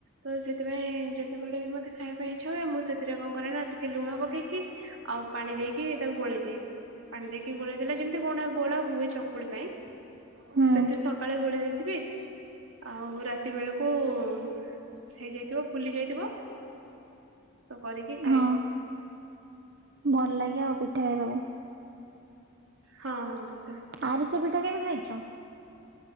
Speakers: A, on the right; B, on the right.
A: ତ ସେଥିପାଇଁ ଯେତେବେଳେ ବି ମୋତେ ଖାଇବା ପାଇଁ ଇଚ୍ଛା ହୁଏ ମୁଁ ସେଥିରେ କଣ କରେ ନା ଟିକେ ଲୁଣ ପକେଇକି। ଆଉ ପାଣି ଦେଇକି ତାଙ୍କୁ ଗୋଳେଇ ଦିଏ। ପାଣି ଦେଇକି ଗୋଳେଇ ଦେଲେ ଯେମିତି ଗୋ ଗୋଳା ହୁଏ ଚକୁଳି ପାଇଁ।
B: ହୁଁ।
A: ସେମିତି ସକାଳୁ ଗୋଳେଇ ଦେଇଥିବେ ଆଉ ରାତି ବେଳକୁ କୁ ହେଇଯାଇଥିବ ଫୁଲି ଯାଇଥିବ ତ କରିକି ଖାଏ।
B: ହଁ ଭଲ ଲାଗେ ଆଉ ପିଠା ଖାଇବାକୁ।
A: ହଁ ହଁ ମ
B: ଆରିସା ପିଠା କେବେ ଖାଇଛ?